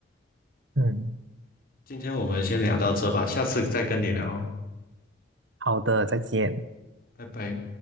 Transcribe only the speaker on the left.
今天我们先聊到这吧，下次再跟你聊，
拜拜。